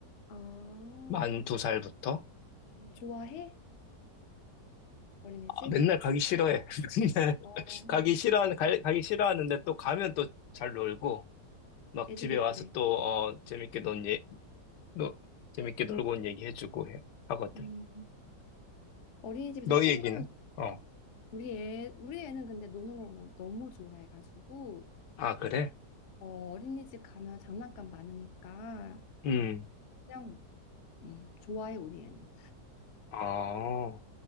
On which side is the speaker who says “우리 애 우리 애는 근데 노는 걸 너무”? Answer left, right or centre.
Left